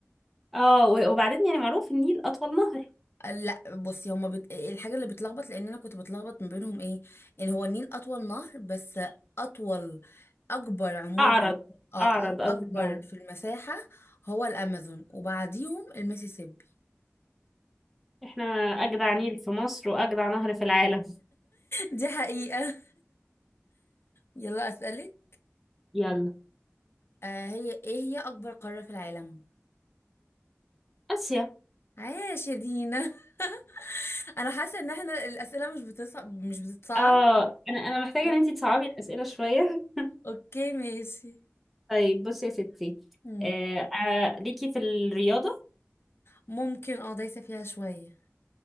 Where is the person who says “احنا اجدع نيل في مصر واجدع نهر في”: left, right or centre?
Centre